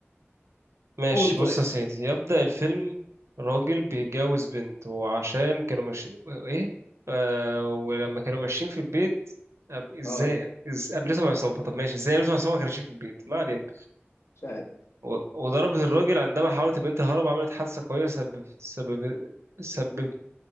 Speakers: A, on the right (about 80°); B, on the left (about 70°).
A: ماشي
B: قول
A: بص
B: طيب
A: يا سيدي يبدأ الفيلم راجل بيتجوز
B: مم.
A: بنت وعشان كانوا ماشيين ايه آه ولما كانوا ماشيين في البيت أب... ازاي
B: اه
A: إز... قابلتهم عصابة طب ماشي ازاي قابلتهم عصابة ما كانوا ماشيين في البيت ما علينا
B: مش عارف
A: و... وضربت الراجل عندما حاولت البنت الهرب عملت حادثة قوية سبب سبب سبب